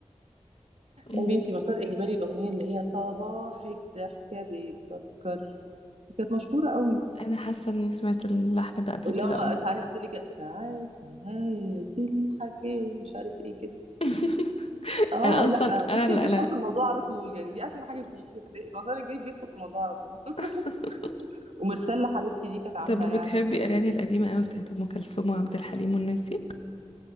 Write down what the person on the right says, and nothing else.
يا بنتي مسار اجباري الاغنيه اللي هي صباحك ضحكه بيتسكر كانت مشهوره قوي
اللي
هو
ساعات تقول لك ساعات نهايه الحكاوي مش عارف ايه كده
اه
لا
بصي
هو بيدخل
في الموضوع على طول يعني دي احسن حاجه فيه بتلاقي مسار اجباري بيدخل في الموضوع على طول
<laughs> ومرسله حبيبتي دي كانت عامله
يعني